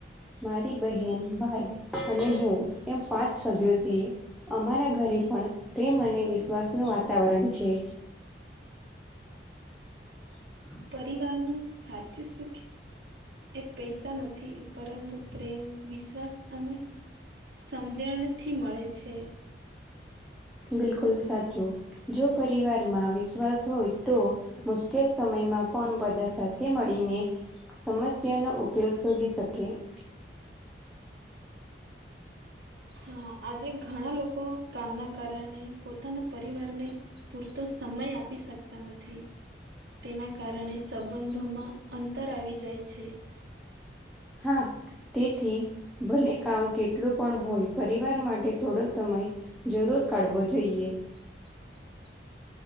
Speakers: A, in the centre; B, on the right.
A: મારી બહેન, ભાઈ અને હું એમ પાંચ સભ્યો છીએ. અમારા ઘરે પણ પ્રેમ અને વિશ્વાસ નો વાતાવરણ છે. <inaudible>
B: પરિવારનું સાચું સુખ એ પૈસા નથી. પરંતુ પ્રેમ, વિશ્વાસ અને સમજણથી મળે છે.
A: બિલકુલ સાચું. જો પરિવારમાં વિશ્વાસ હોય તો મુશ્કેલ સમયમાં પણ બધા સાથે મળીને સમસ્યા નો ઉકેલ શોધી શકીયે.
B: હા આજે ઘણા લોકો કામના કારણે પોતાના પરિવારને પૂરતો સમય આપી શકતા નથી. તેના કારણે સંબંધોમાં અંતર આવી જાય છે.
A: હા તેથી ભલે કામ કેટલું પણ હોય, પરિવાર માટે થોડો સમય જરૂર કાઢવો જોઈએ.
B: <unintelligible>